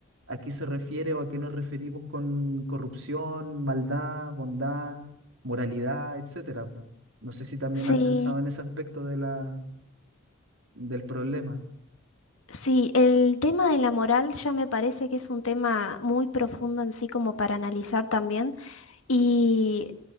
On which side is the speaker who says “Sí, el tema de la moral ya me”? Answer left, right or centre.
Left